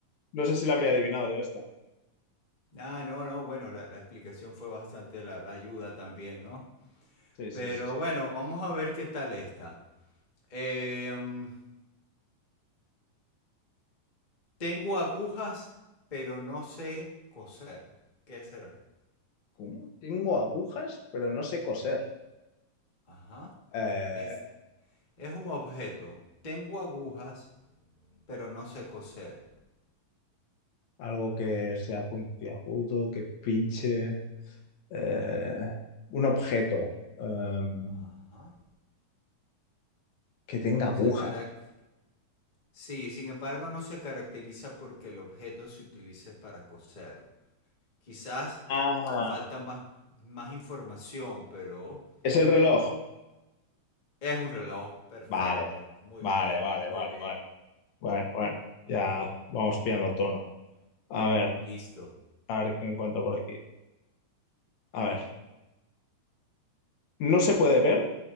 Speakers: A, on the left; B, on the left.
A: no sé si la habría adivinado yo esta.
B: Ah, no, no, bueno, la, la explicación fue bastante, la, la ayuda también, ¿no?
A: Sí, sí,
B: Pero
A: sí. sí.
B: bueno, vamos a ver qué tal está. Eh, mm, Tengo agujas, pero no sé coser. ¿Qué será?
A: ¿Cómo? Tengo agujas, pero no sé coser.
B: Ajá.
A: Eh,
B: Es, es un objeto. Tengo agujas, pero no sé coser.
A: algo que sea puntiagudo, que pinche. eh, un objeto em,
B: Ajá.
A: que tenga agujas.
B: Se carac- Sí, sin embargo, no se caracteriza porque el objeto se utilice para coser. Quizás
A: Ah,
B: falta más, más información, pero
A: es el reloj.
B: es un reloj. Perfecto.
A: Vale,
B: Muy
A: vale,
B: bien,
A: vale,
B: muy
A: vale,
B: bien.
A: vale. Bueno, bueno, ya vamos pillando el tono. A ver,
B: Listo.
A: a ver qué encuentro por aquí. A ver, no se puede ver,